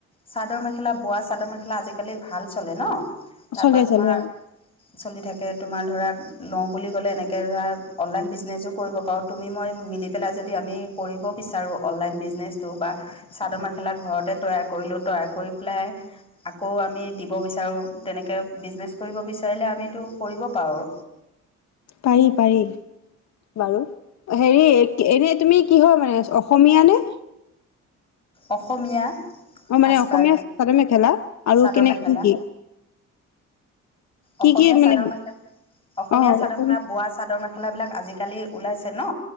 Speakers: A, on the left (about 20°); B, on the left (about 65°).
A: চাদৰ মেখেলা, বোৱা চাদৰ মেখেলা আজিকালি ভাল চলে ন? তাৰপৰা
B: চলে
A: তোমাৰ
B: চলে
A: চলি থাকে তোমাৰ ধৰা লওঁ বুলি ক'লে এনেকে ধৰা অনলাইন বিজনেছো কৰিব পাৰোঁ তুমি মই মিলি পেলাই যদি আমি কৰিব বিচাৰোঁ অনলাইন বিজনেছটো বা চাদৰ মেখেলা ঘৰতে তৈয়াৰ কৰিলো টয়াৰ কৰি পেলাই আকৌ আমি দিব বিচাৰোঁ তেনেকে বিজনেছ কৰিব বিচাৰিলে আমিতো কৰিব পাৰোঁ।
B: পাৰি পাৰি। বাৰু। হেৰি এনে তুমি কিহৰ হয় মানে অসমীয়া নে?
A: অসমীয়া।
B: অ',
A: সাজপাৰ
B: মানে অসমীয়া চাদৰ মেখেলা আৰু
A: চাদৰ
B: কেনে
A: মেখেলা
B: কি কি?
A: অসমীয়া
B: কি কি মানে
A: চাদৰ মেখেল, অসমীয়া
B: অ
A: চাদৰ
B: অসমীয়া
A: মেখেলা বোৱা চাদৰ মেখেলা বিলাক আজালি কালি ওলাইছে ন?